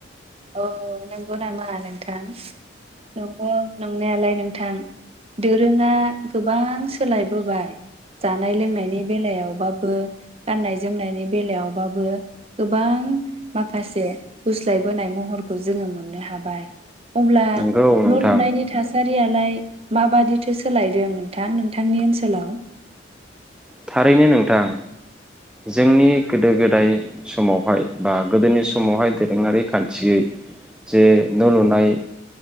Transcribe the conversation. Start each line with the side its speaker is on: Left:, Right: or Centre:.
Right: अऔ नंगौ नामा नोंथां? नंगौ नंनायालाय नोंथां दोरोङा गोबां सोलायबोबाय जानाय लोंनायनि बेलायावबाबो गाननाय जोमनायनि बेलायावबाबो गोबां माखासे गुस्लाय बोनाय महरखौ जोङो मोननो हाबाय। अब्ला
Centre: नोंगौ नोंथां
Right: न' लुनायनि थासे सारियालाय माबादिथो सोलायदों नोंथां नोंथांनि ओनसोलाव?
Centre: थारैनो नोंथां जोंनि गोदो गोदाय समावहाय बा गोदोनि समावहाय दोरोङारि खान्थियै जे न' लुनाय